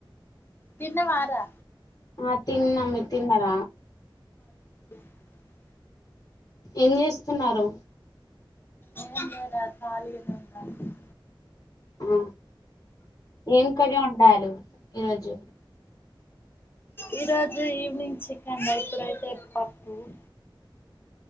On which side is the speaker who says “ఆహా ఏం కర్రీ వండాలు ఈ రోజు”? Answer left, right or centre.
Left